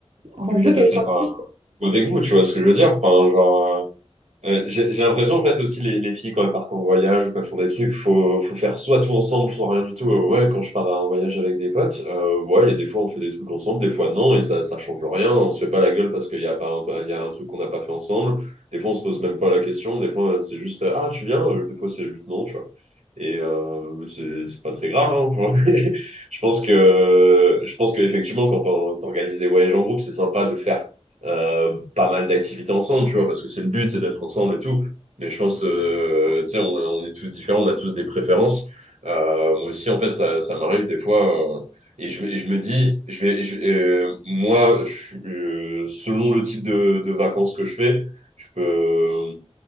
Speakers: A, on the right; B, on the right.
A: obligé
B: Enfin, on veut
A: de
B: qu'elle
A: le faire
B: soit
A: euh,
B: cool.
A: avec vous, tu vois ce que je veux dire? Enfin, genre, euh, Ouais, j'ai j'ai l'impression, en fait, aussi, les, les filles, quand elles partent en voyage ou quand elles font des trucs, faut, faut faire soit tout ensemble, soit rien du tout. Euh, ouais, quand je pars en voyage avec des potes, euh, ouais, il y a des fois, on fait des trucs ensemble, des fois, non, et ça, ça change rien. On se fait pas la gueule parce qu'il y a pas, un- il y a un truc qu'on n'a pas fait ensemble. Des fois, on se pose même pas la question. Des fois, euh, c'est juste, euh, ah, tu viens? Euh, Des fois, c'est juste non, tu vois. Et euh, c'est c'est pas très grave. hein, faut- <laughs> je pense que, je pense qu'effectivement, quand on organise des voyages en groupe, c'est sympa de faire euh, pas mal d'activités ensemble, tu vois, parce que c'est le but, c'est d'être ensemble et tout. Mais je pense, euh, tu sais, on, on est tous différents, on a tous des préférences. Euh, moi aussi, en fait, ça, ça m'arrive des fois, euh, et je, et je me dis, je vais, je- euh, moi, je suis, euh, selon le type de, de vacances que je fais, je peux,